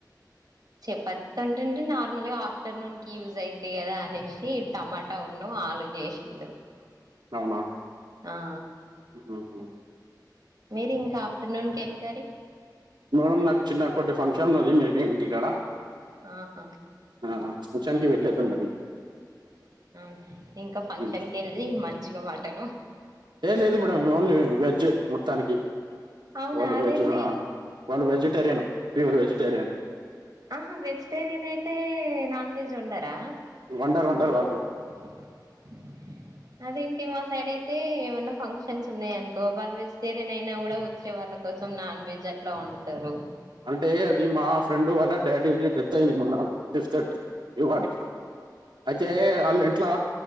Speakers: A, on the right (about 55°); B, on the right (about 80°).
A: చెపతంటేండి నార్మల్గా ఆఫ్టర్నూన్ కి యూజ్ అయిది కదా అనేసి టమాటా ఉన్నూ ఆలు చేసిళ్ళు
B: అవునా
A: ఆ
B: ఉహు
A: మీరి ఇంకా ఆఫ్టర్నూన్ కి ఏం కర్రీ
B: మేడమ్ నాకు చిన్న ఒకటి ఫంక్షన్ ఉన్నది మేబీ ఇంటిక్కడ
A: ఆహా
B: ఆ ఫంక్షన్ కి వెళ్ళేది ఉంది
A: అవునే ఇంకా ఫంక్షన్
B: మ్మ్.
A: కు వెళ్ళి మంచిగా మటను
B: ఏ లేదు మేడమ్ ఓన్లీ వెజ్ మొత్తానికి
A: అవునా
B: వాళ్ళు
A: అదేంటి
B: వెజ్ ఆ వాళ్ళు వెజిటేరియన్ ప్యూర్ వెజిటేరియన్
A: ఆహా వెజిటేరియన్ అయితే నాన్ వెజ్ ఉండరా
B: వండరు వండరు వాళ్లు
A: ఉం అదేంటి మా సైడ్ అయితే ఏమైన్నా ఫంక్షన్స్ ఉన్నాయి అనుకో వాళ్ళ వెజిటేరియన్ అయినా కూడా వచ్చే వాళ్ళకి కోసం నాన్ వెజ్ అట్లా వండుతారు
B: అంటే అది మా ఫ్రెండ్ వాళ్ళ డాడీ డెత్ అయింది మ నాకు ఫిఫ్త్ తటి ఇవ్వటికి అయితే వాళ్ళ ఇంట్లా